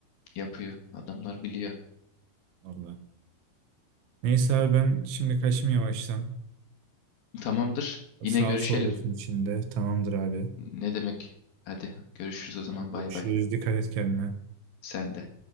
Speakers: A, on the left; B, on the right.
A: Yapıyor. Adamlar biliyor.
B: Valla. Neyse abi ben şimdi kaçayım yavaştan.
A: Tamamdır. Yine
B: Sağ
A: görüşelim.
B: ol sohbetin içinde. Tamamdır abi.
A: Ne demek? Hadi görüşürüz o zaman
B: Hadi
A: bay
B: görüşürüz.
A: bay.
B: Dikkat et kendine.
A: Sen de.